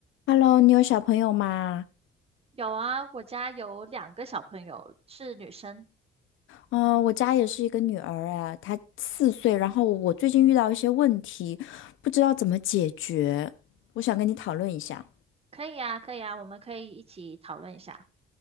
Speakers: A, on the left; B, on the right.
A: Hello，你有小朋友吗？
B: 有啊，我家有两个小朋友是女生，
A: 哦，我家也是一个女儿，哎，她四岁。然后我最近遇到一些问题，不知道怎么解决，我想跟你讨论一下。
B: 可以啊，可以啊，我们可以一起讨论一下。